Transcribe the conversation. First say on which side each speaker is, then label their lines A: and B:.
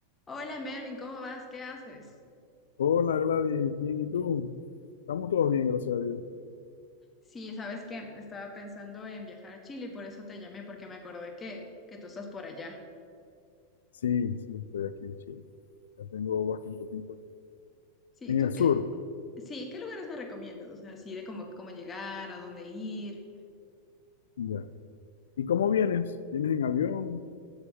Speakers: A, on the left; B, on the left.
A: Hola Mervin, ¿cómo vas? ¿Qué haces?
B: Hola Gladys, bien, ¿y tú? Estamos todos bien, gracias a Dios.
A: Sí, sabes que estaba pensando en viajar a Chile y por eso te llamé, porque me acordé que, que tú estás por allá.
B: Sí, sí, estoy aquí en Chile. Ya tengo bastante tiempo aquí.
A: Sí,
B: En
A: ¿tú
B: el
A: qué?
B: sur,
A: Sí, ¿qué lugares me recomiendas? O sea, así de cómo, cómo llegar, a dónde ir.
B: ya. ¿Y cómo vienes? ¿Vienes en avión?